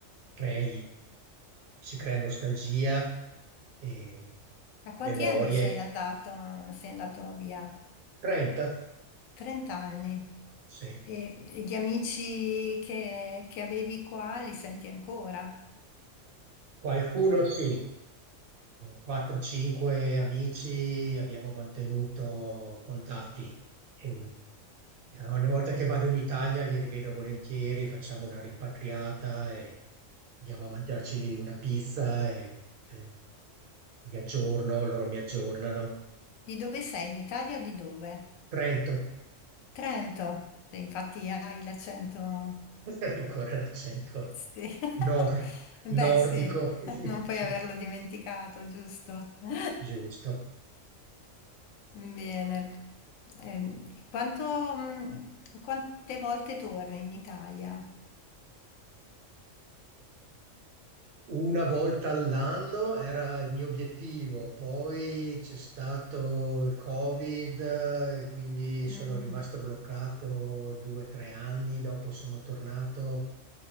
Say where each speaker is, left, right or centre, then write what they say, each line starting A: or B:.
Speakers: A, on the right; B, on the left.
A: crei- si crea nostalgia e
B: A quanti
A: memorie.
B: anni sei andato, sei andato via?
A: 30,
B: 30 anni.
A: sì.
B: E, e gli amici che, che avevi qua li senti ancora?
A: Qualcuno sì, 4-5 amici abbiamo mantenuto contatti. E ogni volta che vado in Italia li rivedo volentieri, facciamo una rimpatriata e andiamo a mangiarci una pizza e, e vi aggiorno, loro mi aggiornano.
B: Di dove sei? In Italia o di dove?
A: Trento,
B: Trento. Te, infatti hai l'accento.
A: <laughs> ancora l'accento
B: Sì, <laughs>
A: nor- nordico.
B: beh sì,
A: <laughs>
B: <laughs> non puoi
A: Sì,
B: averlo dimenticato, giusto? <laughs>
A: giusto.
B: Bene. Ehm, quanto, mh, quante volte torni in Italia?
A: Una volta all'anno era il mio obiettivo, poi c'è stato il Covid, eh, e quindi sono
B: Mm,
A: rimasto bloccato due o tre anni, dopo sono tornato